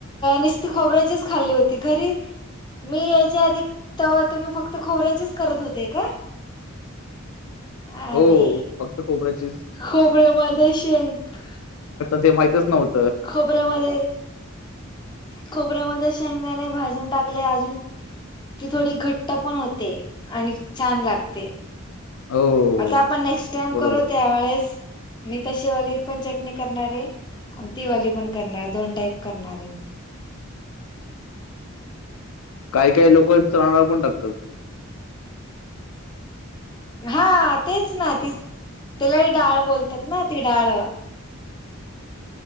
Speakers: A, on the left (about 20°); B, on the left (about 85°).
A: नसती खोबऱ्याचीच खाल्ली होती घरी. मी यायच्या आधी तेव्हा तुम्ही फक्त खोबऱ्याचीच करत होते का. अरे
B: हो, फक्त खोबऱ्याचीच
A: खबर्या मध्ये शेंकग ''--''
B: ते <inaudible> माहच नव्हते
A: खोबऱ्यामध्ये खोबऱ्यामध्ये शेंगदाने भाजून टाकले अजून. ती थोडी घट्ट पण होते आणि छान लागते.
B: हो,
A: आता आपण नेक्स्ट टाइम
B: बरोबर.
A: करू त्यावेेळेस. मी तर शिवाली पण चटणी करणारे आणि तिवाली पण करणार आहे दोन टाईप करणारे.
B: काय काय लोक चणाडाळ पण टाकतात.
A: हा तेच ना तीच त्याला डाळ बोलतात ना ती डाळ.